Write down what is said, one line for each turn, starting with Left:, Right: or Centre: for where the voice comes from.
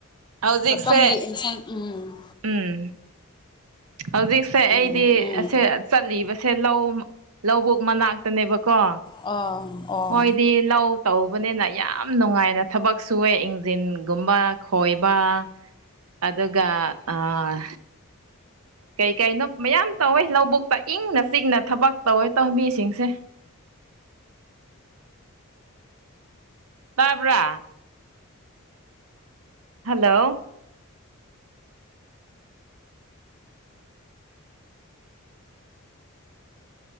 Right: ꯍꯧꯖꯤꯛꯁꯦ
Left: ꯃꯇꯝꯒꯤ ꯏꯟꯁꯥꯡ ꯎꯝ
Right: ꯎꯝ ꯍꯧꯖꯤꯛꯁꯦ
Left: ꯎꯝ
Right: ꯑꯩꯗꯤ
Left: ꯎꯝ
Right: ꯑꯁꯦ ꯆꯠꯂꯤꯕꯁꯦ ꯂꯧ ꯂꯧꯕꯨꯛ ꯃꯅꯥꯛꯇꯅꯦꯕꯀꯣ
Left: ꯑꯥ ꯑꯣ
Right: ꯃꯣꯏꯗꯤ ꯂꯧ ꯇꯧꯕꯅꯤꯅ ꯌꯥꯝ ꯅꯨꯡꯉꯥꯏꯅ ꯊꯕꯛ ꯁꯨꯋꯦ ꯏꯟꯖꯤꯟꯒꯨꯝꯕ ꯈꯣꯏꯕ ꯑꯗꯨꯒ ꯑꯥ ꯀꯩ ꯀꯩꯅꯣ ꯃꯌꯥꯝ ꯇꯧꯋꯦ ꯂꯧꯕꯨꯛꯇ ꯏꯪꯅ ꯆꯤꯛꯅ ꯊꯕꯛ ꯇꯧꯋꯦ ꯇꯣꯝꯕꯤꯁꯤꯡꯁꯦ ꯇꯕ꯭ꯔꯥ ꯍꯦꯜꯂꯣ